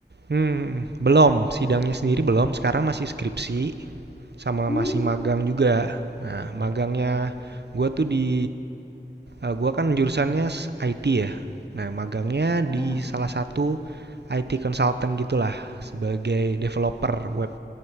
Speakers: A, on the right; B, on the left.
A: Hmm, belum, sidangnya sendiri belum. Sekarang masih skripsi sama
B: Hmm.
A: masih magang juga. Nah, magangnya
B: Wih.
A: gue tuh di Eh, gua kan jurusannya s- IT ya. Nah, magangnya di
B: Mm-mm.
A: salah satu IT consultant gitulah sebagai developer web